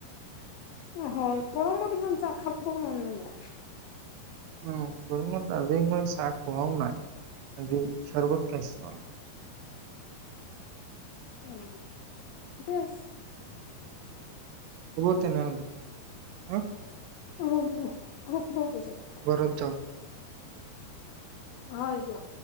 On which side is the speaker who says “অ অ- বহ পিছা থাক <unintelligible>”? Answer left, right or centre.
Left